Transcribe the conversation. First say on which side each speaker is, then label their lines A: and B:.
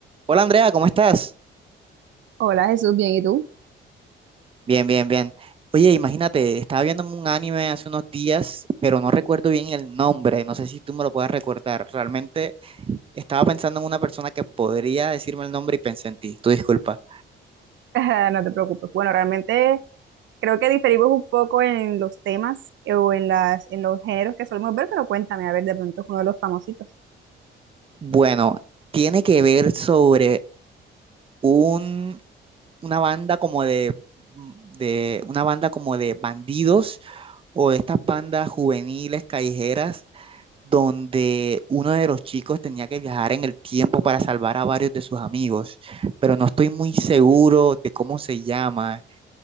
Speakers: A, on the right; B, on the right.
A: Hola Andrea, ¿cómo estás?
B: Hola Jesús, bien, ¿y tú?
A: Bien, bien, bien. Oye, imagínate, estaba viendo un anime hace unos días, pero no recuerdo bien el nombre, no sé si tú me lo puedas recordar. Realmente estaba pensando en una persona que podría decirme el nombre y pensé en ti, tu disculpa.
B: <laughs> No te preocupes. Bueno, realmente creo que diferimos un poco en los temas eh, o en las, en los géneros que solemos ver, pero cuéntame, a ver, de pronto es uno de los famositos.
A: Bueno, tiene que ver sobre un, una banda como de, de, una banda como de bandidos o de estas bandas juveniles callejeras donde uno de los chicos tenía que viajar en el tiempo para salvar a varios de sus amigos, pero no estoy muy seguro de cómo se llama.